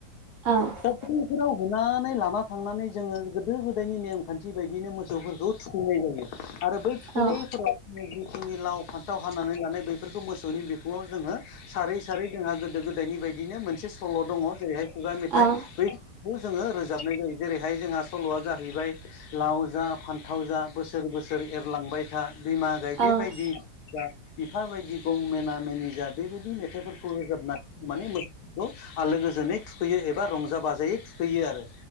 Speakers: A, on the right (about 55°); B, on the left (about 70°).
A: औ
B: फख्रिफोराव हुनानै लाना थांनानै जोङो गोदो गोदायनि नेमखान्थि बायदिनो मो सौफोरखौ थुखैनाय जायो आरो बै थुखैनायफोरा
A: औ
B: जिखिनि लाव, फान्थाव हानानै लानाय बेैफोरखौ मोसौनि बिखुआव जोङो सारै सारै जोंहा गोदो गोदायनि बायदिनो मोनसे सल' दङ जेरैहाय खुगा
A: औ
B: मेथाइ बै खौ जोङो रोजाबनाय जायो जेरैहाय जोंहा सल'आ जाहैबाय लाव जा फान्थाव जा बोसोर बोसोर एरलांबाय था बिमा गायदे
A: औ
B: बायदि जा बिफा बायदि गं मेना मेनि जा बेबायदि मेथाइफोर खौ रोजाबना माने मो खौ आलो गोजोनै थुखैयो एबा रंजा बाजायै थुखैयो आरो।